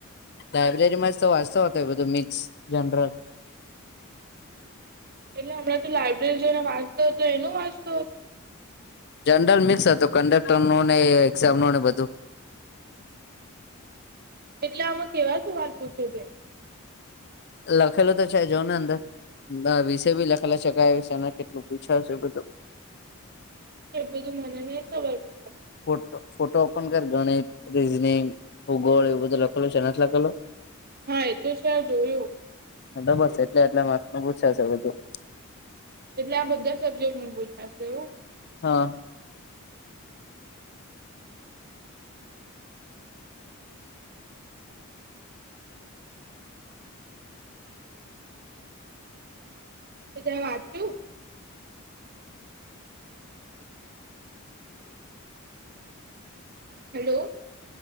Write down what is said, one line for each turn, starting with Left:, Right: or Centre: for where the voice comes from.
Left: લાયબ્રેરીમાં જ તો વાંચતો હતો એ બધું મિક્સ જનરલ.
Right: એટલે હમણાં તું લાયબ્રેરી જઇને વાંચતો હતો એનું વાંચતો હતો?
Left: જનરલ મિક્સ હતું, કન્ડક્ટર નું ને એક્ઝામ નું ને બધું.
Right: એટલે આમાં કેવા સવાલ પૂછે છે?
Left: લખેલો તો છે જો ને અંદર વિષય બી લખેલો છે ક્યાં વિષયમાં કેટલું પૂછાયુ છે એ બધું.
Right: એ બધી મને નહિ ખબર. પડે
Left: ફોટ ફોટો પણ કે ગણિત, રીઝનિંગ હું ગોળ એવું બધું લખેલું છે નથ લખેલું.
Right: હા એ તો છે જોયું.
Left: હ તો બસ એટલે એટલા મા નું પુછાશે બધું.
Right: એટલે આ બધા સબ્જેક્ટનું પૂછાશે એવું.
Left: હા.
Right: તો કંઈ વાંચ્યું? હેલો.